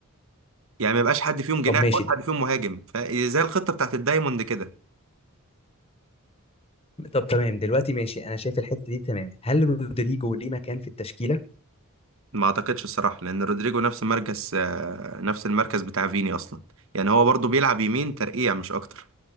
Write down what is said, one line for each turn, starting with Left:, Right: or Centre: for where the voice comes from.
Right: يعني ما يبقاش حد فيهم جناح
Left: طب ماشي
Right: ولا
Left: ده.
Right: حد فيهم مهاجم فزي الخطه بتاعت الدايموند كده
Left: طب تمام دلوقتي ماشي انا شايف الحته دي تمام هل رودريجو ليه مكان في التشكيله
Right: ما اعتقدش الصراحه لان رودريجو نفس مركز آه، نفس المركز بتاع فيني اصلا يعني هو برضو بيلعب يمين ترقيع مش اكتر